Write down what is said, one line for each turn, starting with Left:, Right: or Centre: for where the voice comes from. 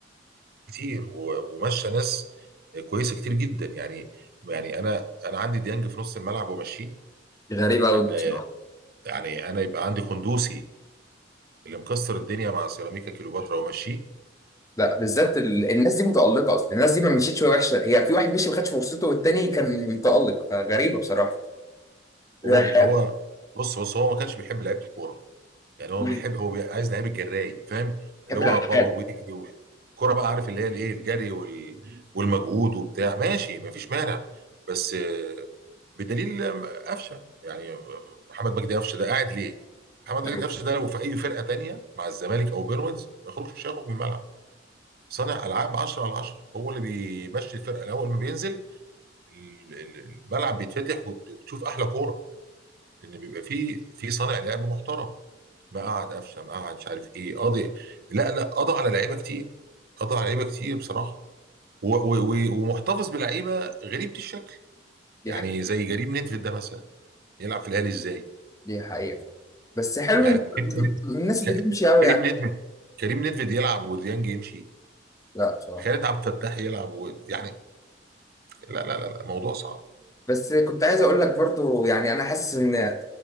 Right: كتير و- ومشى ناس كويسه كتير جدا يعني يعني انا انا عندي ديانج في نص الملعب ومشيه
Left: غريبه قوي
Right: انا
Left: بصراحه
Right: يعني انا يبقى عندي قندوسي اللي مكسر الدنيا مع سيراميكا كليوباترا ومشيه
Left: لا بالذات ال... الناس دي متالقه اصلا الناس دي ما مشيتش وهي وحشه هي في واحد مشي ما خدش فرصته والتاني كان متالق فغريبه بصراحه لا،
Right: هو هو بص بص هو ما كانش بيحب لعيبه الكوره يعني هو
Left: مم.
Right: بيحب هو بي- عايز لعيب الجراي فاهم اللي
Left: بحب
Right: هو
Left: العقاد
Right: باور ويجري والكرة بقى عارف اللي هي الايه الجري وال... والمجهود وبتاع ماشي مفيش مانع بس آه، بدليل آه، قفشه يعني آه، محمد مجدي قفشه ده قاعد ليه؟ محمد
Left: ايوه
Right: مجدي قفشه ده لو في اي فرقه تانية مع الزمالك او بيراميدز ما يخرجش مش هيخرج من الملعب صانع العاب 10 على 10 هو اللي بيمشي الفرقه الاول ما بينزل ال- ال- الملعب بيتفتح وتشوف احلى كوره لان بيبقى فيه في صانع لعب محترم مقعد قفشه مقعد مش عارف ايه قاضي لا لا قضى على لعيبه كتير قضى على لعيبه كتير بصراحه و و و ومحتفظ بلعيبه غريبه الشكل
Left: دي
Right: يعني زي كريم ندفيد ده مثلا يلعب في الاهلي ازاي
Left: دي حقيقه بس حلو
Right: يعني
Left: ان
Right: كريم
Left: الناس
Right: كريم
Left: بتمشي قوي
Right: كريم
Left: يعني
Right: ندفيد كريم ندفيد يلعب وديانج يمشي
Left: لا بصراحه
Right: خالد عبد الفتاح يلعب و... يعني لا لا لا لا الموضوع صعب
Left: بس كنت عايز اقول لك برضو يعني انا حاسس ان